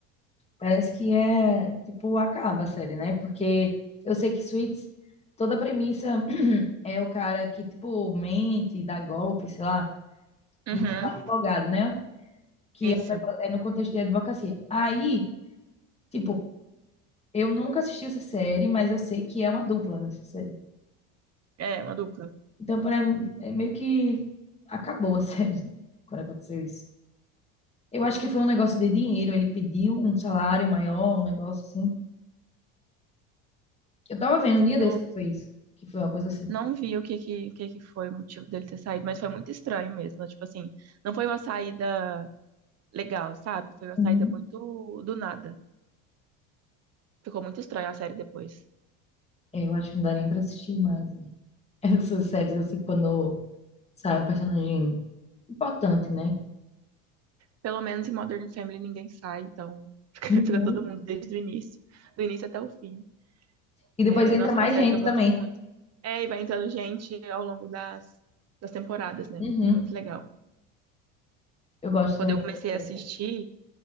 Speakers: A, on the left (about 15°); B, on the right (about 45°).
A: Parece que é, tipo, acaba a série, né? Porque eu sei que Suits, toda a premissa <clears throat> é o cara que, tipo, mente, dá golpe, sei lá,
B: Uhum,
A: e o advogado, né? Que
B: isso.
A: é um negó- é no contexto de advocacia. Aí, tipo, eu nunca assisti essa série, mas eu sei que é uma dupla nessa série.
B: É, uma dupla.
A: Então, para mim, é meio que acabou a <laughs> série quando aconteceu isso. Eu acho que foi um negócio de dinheiro. Ele pediu um salário maior, um negócio assim. Eu tava vendo um dia desse
B: Não,
A: que foi isso. Que foi uma coisa assim.
B: não vi o que que, o que que foi o motivo dele ter saído, mas foi muito estranho mesmo. Tipo assim, não foi uma saída legal, sabe? Foi uma
A: Uhum.
B: saída muito do nada. Ficou muito estranha a série depois.
A: É, Eu acho que não dá nem pra assistir mais né? <laughs> essas séries assim, quando sai um personagem importante, né?
B: Pelo menos em Modern Family ninguém sai, então <laughs> fica,
A: Uhum.
B: fica todo mundo desde o início, do início até o fim.
A: E depois
B: É,
A: entra
B: nossa,
A: mais
B: é uma série
A: gente
B: que eu gosto
A: também.
B: muito. É, e vai entrando gente ao longo das, das temporadas, né?
A: Uhum.
B: É muito legal.
A: Eu gosto
B: Quando
A: também.
B: eu comecei
A: Engraçado.
B: a assistir,